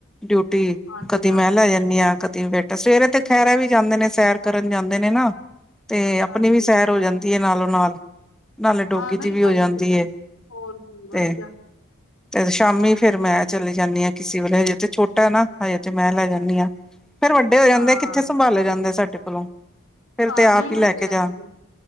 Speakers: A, in the centre; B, on the left (about 80°).
A: ਡਿਊਟੀ।
B: ਹਾਂਜੀ
A: ਕਦੀ
B: ਹਾਂਜੀ
A: ''ਮੈਂ ਲੈ ਜਾਂਨੀ ਆਂ, ਕ ਬੈਠਾ ਸਵੇਰੇ ਤੇ ਖਹਿਰ ਐ ਵੀ ਜਾਂਦੇ ਨੇ, ਸੈਰ ਕਰਨ ਜਾਂਦੇ ਨੇ ਨਾ, ਤੇ ਅਪਣੀ
B: ਹਾਂਜੀ
A: ਵੀ ਸੈਰ ਹੋ ਜਾਂ ਤੀਏ, ਨਾਲੋਂ-ਨਾਲ, ਨਾਲੇ ਡੋਗੀ
B: ਹਾਂ
A: ਦੀ
B: ਨਹੀਂ
A: ਵੀ ਹੋ
B: ਸਹੀ
A: ਜਾਂਦੀ ਏ।
B: ਹੋਰ ਕੀ। ਵਧੀਆ
A: ਤੇ, ਤੇ ਸ਼ਾਮੀ
B: ਇਹਨਾਂ
A: ਫੇਰ
B: ਨੂੰ
A: ਮੈਂ ਚਲੇ ਜਾਂਨੀ ਹਾਂ ਕਿਸੀ ਵੇਲੇ, ਹਜੇ ਤੇ ਛੋਟਾ ਹੈਨਾ, ਹਜੇ ਤੇੇ ਮੈਂ, ਲੈ ਜਾਂਨੀ ਆਂ। ਫਿਰ ਵੱਡੇ ਹੋ ਜਾਂਦੇ,
B: ਹਾਂ
A: ਕਿੱਥੇ ਸੰਭਾਲੇ ਜਾਂਦੇ ਸਾਡੇ ਕੋਲੋਂ। ਫਿਰ
B: ਹਾਂ
A: ਤੇ ਆਪ
B: ਨਹੀਂ
A: ਹੀ ਲੈਕੇ
B: ਆ ਤੇ
A: ਜਾਨ,
B: ਆਈ